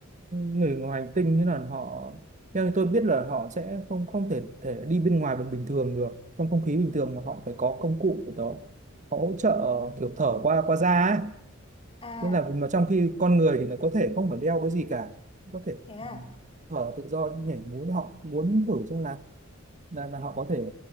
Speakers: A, on the right; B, on the left.
A: người ngoài hành tinh như là họ theo như tôi biết là họ sẽ không không thể thể đi bên ngoài bằng bình thường được trong không khí bình thường mà họ phải có công cụ của đó họ hỗ trợ kiểu thở qua qua da ấy
B: à
A: tức là mà trong khi con người thì nó có thể không phải đeo cái gì cả có thể
B: thế à
A: thở tự do nhảy múa họ muốn thử xem là là, là họ có thể